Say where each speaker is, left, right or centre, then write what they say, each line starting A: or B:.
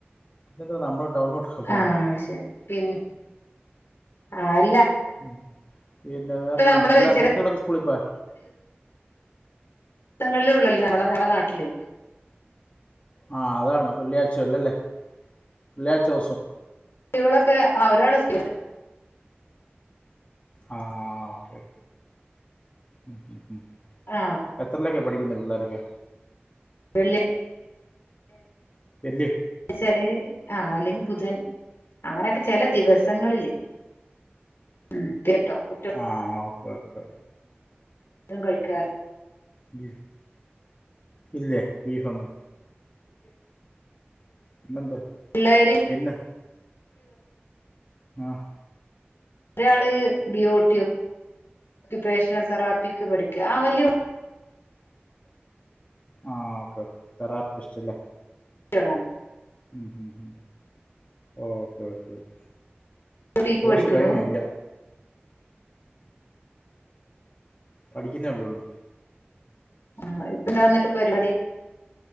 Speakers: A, on the left (about 30°); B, on the left (about 75°).
A: പിന്നെന്ത്‌ നമ്മൾ ടൗണിലോട്ടൊക്കെ പോകണം
B: ആ അത്‌ശരി പിന്നെ ആൽ
A: ഉം പിന്നെ വേറെന്താണ്
B: നമ്മള്
A: പിള്ളേ
B: ചില
A: കുട്ടികളൊക്കെ സ്കൂളി പോയോ
B: സങ്ങളിലുള്ളല്ലേ നമ്മളെ നമ്മുടെ നാട്ടില്
A: ആഹ് അതാണ് വെള്ളിയാഴ്ച ഒള്ളല്ലേ വെള്ളിയാഴ്ച്ച ദിവസം
B: കുട്ടികളൊക്കെ ആ ഒരാള് സ്കൂളി
A: ആഹ് ആ ഓക്കേ ഉം
B: ആഹ്
A: എത്രല്ലൊക്കെയാ പടിക്കുന്നെ പിള്ളോരൊക്കെ
B: വെള്ളിയാഴ്ച
A: എല്ല്
B: എച്ചാല് ആല്ലെങ്കി ബുധൻ അങ്ങനെയൊക്കെ ചെല ദിവസങ്ങളില് ഉം കേട്ടോ കുട്ടി
A: ആഹ് ഓക്കേ ഓക്കേ
B: ൻ കഴിക്കാർ
A: ഉം ഇല്ലേ ബീഫൊന്നും പിന്നെന്ത
B: പിള്ളേര്
A: പിന്നെ ആഹ്
B: ഒരാള് ബി ഒ ടി ഒക്യുപേഷണൽ തെറാപ്പിക്ക് പഠിക്കുവാ ആ വല്ല്യ
A: ആഹ് ഓക്കേ ഓക്കെ തെറാപ്പിസ്റ്റ് ല്ലേ
B: ളാണ്
A: ഉം ഉം ഓക്കെ ഓക്കെ ഓക്കെ
B: ക്ക്
A: കോഴ്സ്
B: പഠിക്കണു
A: കഴിഞ്ഞോ ഇല്ല പഠിക്കുന്നല്ലെ ഉള്ളൂ
B: ആ ഇപ്പന്താന്നിട്ട് പരിപാടി